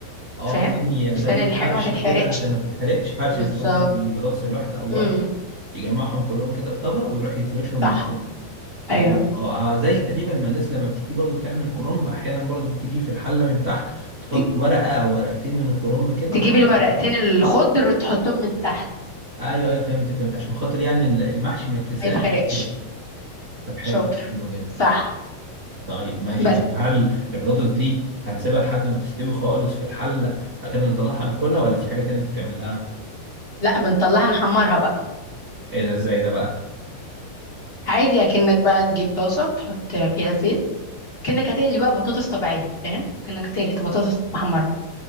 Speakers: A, on the right (about 30°); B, on the left (about 15°).
A: اه
B: فاهم
A: ثانيه زي
B: عشان الحاجه
A: فرش
B: ما تتحرقش
A: كده عشان ما تتحرقش فرش
B: بالظبط
A: يعني انت قصدك البطاطس الواحد او ورق
B: امم
A: يجمعهم كلهم كده في طبق ويروح يفرشهم
B: صح
A: من وال-
B: ايوه
A: اه آه، زي تقريبا ما الناس لما بتيجي برضو تعمل كرنب احيانا برضو بتيجي في الحله من تحت تحط
B: ت-
A: ورقه أو ورقتين من الكرنب كده
B: تجيب
A: بعد
B: الورقتين
A: كده تقوم-
B: الخضر وتحطهم من تحت
A: ايوه ايوه فهمت فهمت عشان خاطر يعني ال- المحشي ما يتلسعش
B: ما يتحرقش
A: ويتحرق طب حلو
B: شاطر
A: حلو جدا
B: صح
A: طيب ماشي
B: بس
A: طب هل البطاطس دي هنسيبها لحد ما تستوي خالص في الحله بعد كده نطلعها ناكلها ولا في حاجه تانية بتتعمل لها
B: لا بنطلعها نحمرها بقى
A: ايه ده ازاي ده بقى
B: عادي اكنك بقى تجيب طاسه تحط فيها زيت كأنك هتقلي بقى بطاطس طبيعيه فاهم كأنك هتقلي بطاطس محمره